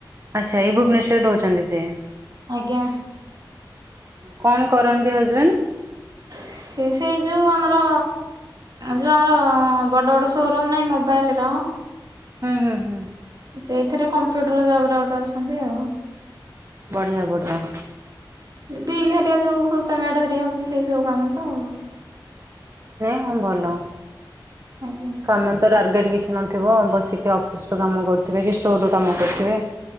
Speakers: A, on the right; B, on the right.
A: ଆଚ୍ଛା ଏଇ ଭୁବନେଶ୍ୱରରେ ରହୁଛନ୍ତି ସିଏ।
B: ଆଜ୍ଞା।
A: କଣ କରନ୍ତି ହଜବେଣ୍ଡ।
B: ସେ ସେଇ ଯୋଉ ଆମର ଯୋଉ ଆମର ବଡ ବଡ ସୋରୁମ ନାହିଁ ମୋବାଇଲ ର।
A: ହୁଁ ହୁଁ ହୁଁ।
B: ସେଇଥିରେ କମ୍ପ୍ୟୁଟର ଜବରେ ଗୋଟେ ଅଛନ୍ତି ଆଉ।
A: ବଢିଆ ବଢିଆ।
B: ବିଲ୍ ହରିଆ ଯୋଉ ସବୁ ପେମେଣ୍ଟ ହରିଆ ହଉଚି ସେଇ ସବୁ କାମ ତ ଆଉ।
A: ନାଇଁ ହଁ ଭଲ।
B: ଆଜ୍ଞା।
A: କାମ ତ ଟାର୍ଗେଟ୍ କିଛି ନଥିବ ବସିକି ଅଫିସ୍ରୁ କାମ କରୁଥିବେ କି ଷ୍ଟୋରରୁୁ କାମ କରୁଥିବେ।